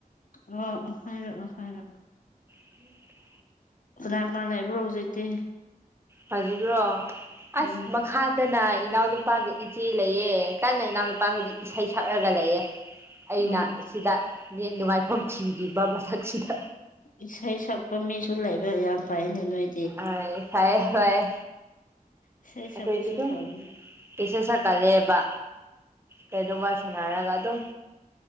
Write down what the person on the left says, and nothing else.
ꯑꯣ ꯑꯣ ꯍꯥꯏꯔꯛꯑꯣ ꯍꯥꯏꯔꯛꯑꯣ
ꯀꯥꯅ ꯀꯥꯅ ꯂꯩꯕ꯭ꯔꯣ ꯍꯧꯖꯤꯛꯇꯤ
ꯎꯝ
ꯎꯝ ꯎꯝ
ꯏꯁꯩ ꯁꯛꯄ ꯃꯤꯁꯨ ꯂꯩꯕ ꯌꯥꯝ ꯐꯩꯅꯦ ꯅꯣꯏ
ꯏꯁꯩ ꯁꯛꯄꯁꯨ
ꯐꯕꯅꯤ